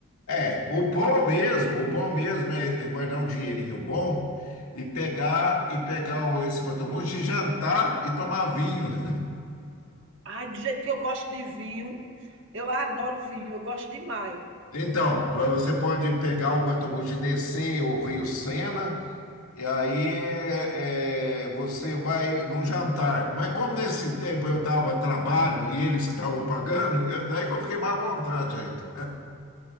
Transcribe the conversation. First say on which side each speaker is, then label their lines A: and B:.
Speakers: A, on the left; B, on the right.
A: É, o bom mesmo, o bom mesmo é é guardar um dinheirinho bom e pegar e pegar o- esse Batomuxo e jantar e tomar vinho. <laughs>
B: Ai, do jeito que eu gosto de vinho, eu adoro vinho, eu gosto demais.
A: Então, você pode pegar o Batomuxo e descer o Rio Sena. E aí é, é, você vai num jantar. Mas como nesse tempo eu estava a trabalho e eles que estavam pagando, eu- daí que eu fiquei mais à vontade ainda.